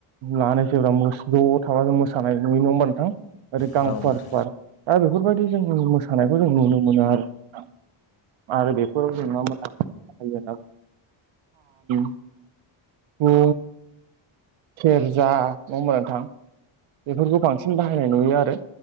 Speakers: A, on the right (about 70°); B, on the left (about 45°).
A: लानाय जेब्रा मोस ज' थाबा जों मोसानाय नुयो नङा होनबा नोंथां? ओरै गां
B: थारैनो औ
A: फुवार
B: नोंथां औ
A: फुवार दा बेफोरबायदि जों मोसानायखौ जों नुनो मोनो आरो। आरो बेफोराव जों मा मा <inaudible> बे सेरजा नङा होमबा नोंथां बेफोरखौ बांसिन बाहायनाय नुयो आरो‌